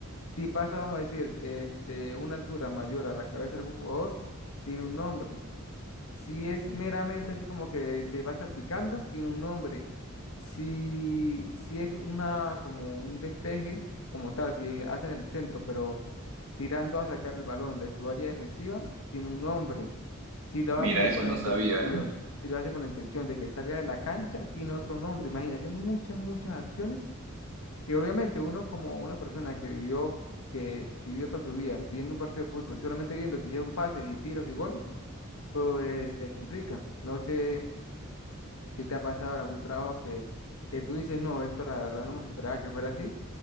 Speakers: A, on the left; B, on the right.
A: Si pasa, vamos a decir, este, una altura mayor a la cabeza de algún jugador, tiene un nombre. Si es meramente así como que, que va a estar picando, tiene un nombre. Si, si es una, como un despeje, como tal, si hacen el centro, pero tirando a sacar el balón de su área defensiva, tiene un nombre. Si lo
B: Mira,
A: hacen
B: eso
A: con la
B: no
A: intención,
B: sabía, ¿eh?
A: si lo hacen con la intención de que salga de la cancha, tiene otro nombre. Imagínate, muchas, muchas acciones que obviamente uno como una persona que vivió, que vivió toda su vida viendo un partido de fútbol, solamente viendo que hicieron pases y tiros y goles, pues le complica. No sé si te ha pasado en algún trabajo que, que tú dices, no, esto la verdad no me esperaba que fuera así